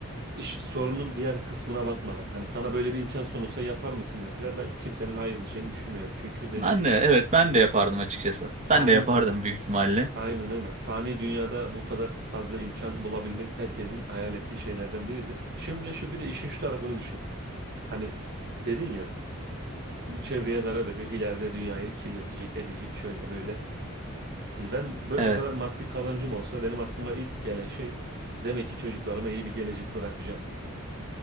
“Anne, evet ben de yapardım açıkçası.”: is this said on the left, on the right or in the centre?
Right